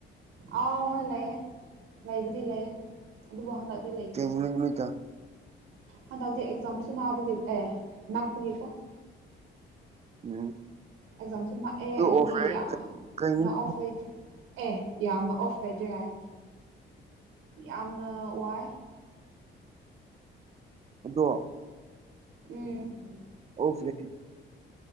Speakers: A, on the right; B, on the right.
A: ꯑꯥꯎ ꯍꯣꯏ ꯂꯩꯑꯦ ꯂꯩꯕꯨꯗꯤ ꯂꯩꯑꯦ ꯑꯗꯨꯕꯨ ꯍꯟꯗꯛꯇꯤ ꯂꯩꯇ꯭ꯔꯤ
B: ꯅꯨꯃꯤꯠ ꯅꯨꯃꯤꯠꯇ
A: ꯍꯟꯗꯛꯇꯤ ꯑꯦꯛꯖꯥꯝꯁꯨ ꯅꯥꯕꯒꯤ ꯑꯦ ꯉꯥꯛꯄꯒꯤꯀꯣ
B: ꯎꯝ
A: ꯑꯦꯛꯖꯥꯝꯁꯨ ꯃꯥꯛꯑꯦ
B: ꯑꯗꯨ
A: ꯑꯗꯨꯒꯤ
B: ꯑꯣꯐꯔ
A: ꯌꯥꯝꯅ
B: ꯀꯩ ꯅꯨꯃꯤꯠ
A: ꯑꯣꯐ ꯂꯩꯇ꯭ꯔꯦ ꯑꯦ ꯌꯥꯝꯅ ꯑꯣꯐ ꯂꯩꯇ꯭ꯔꯦ ꯍꯥꯏ ꯌꯥꯝꯅ ꯋꯥꯏ
B: ꯗꯣ
A: ꯎꯝ
B: ꯑꯣ ꯐꯦ